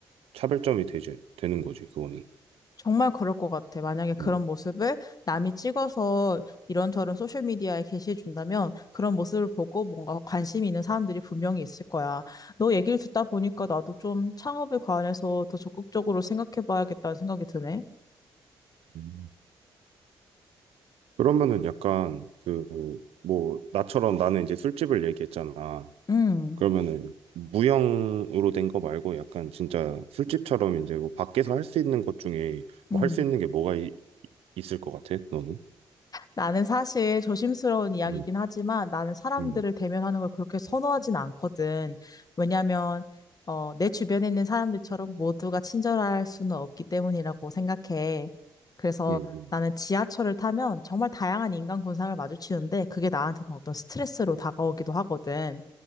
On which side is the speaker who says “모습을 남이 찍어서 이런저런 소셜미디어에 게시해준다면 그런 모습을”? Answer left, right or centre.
Left